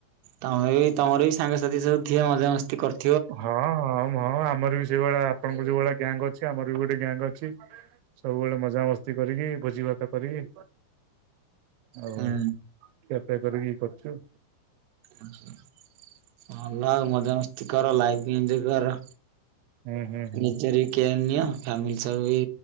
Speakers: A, on the right; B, on the right.
A: ତମେବି ତମରବି ସାଙ୍ଗସାଥି ସବୁଥିବେ ମଜାମସ୍ତି କରୁ
B: ହଁ ହଁ, ମ ଆମର ବି ସେଇଭଳିଆ ଆପଣଙ୍କ ଯୋଉଭଳିଆ ଗ୍ୟାଙ୍ଗ ଅଛି, ଆମର ବି ଗୋଟେ ଗ୍ୟାଙ୍ଗ ଅଛି। ସବୁବେଳେ ମଜାମସ୍ତି କରିକି ଭୋଜିଭାତ କରିକି। ଆଉ,
A: ହୁଁ
B: ଖିଆପିଆ କରିକି କରୁଚୁ।
A: ଆଛା। ଭଲ ଆଉ ମଜାମସ୍ତି କର, ଲାଇଫ ଏନଜୟ କର।
B: ହୁଁ ହୁଁ ହୁଁ।
A: ନିଜରବି କେୟାର ନିଅ, ଫ୍ୟାମିଲି ସହବି